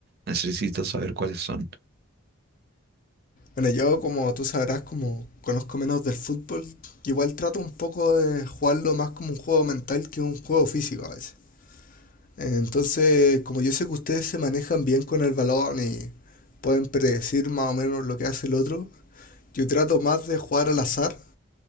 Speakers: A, on the right (about 45°); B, on the left (about 40°).
A: Necesito saber cuáles son.
B: Bueno, yo como tú sabrás, como conozco menos del fútbol, igual trato un poco de jugarlo más como un juego mental que un juego físico a veces. Entonces, como yo sé que ustedes se manejan bien con el balón y pueden predecir más o menos lo que hace el otro, yo trato más de jugar al azar